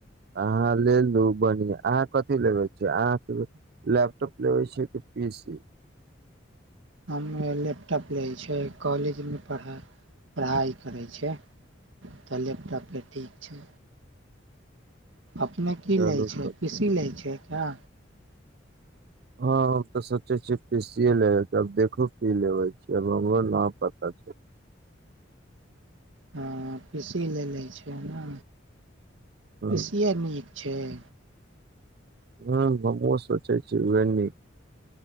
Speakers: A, on the right; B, on the right.
A: अहाँ लेलू बन्हिआ अहाँ कथी लेबै छियै अहाँके लैपटॉप लेबै छियै कि ईसी
B: हम लैपटॉप लै छैय कॉलेजमे पढ़ाइ पढ़ाई करैय छै तऽ लैपटॉपे ठीक छै अपने की
A: चलू
B: लै
A: तऽ
B: छै पीसी लै छै का
A: हँ हम तऽ सोचै छियै पसियए लेबे के अब देखो की लेबै छी अब हमरो न पता छै
B: हँ पीसी ले लै छै ना
A: ह
B: पीसए नीक छैय
A: ह हम ओ सोचै छी उह ने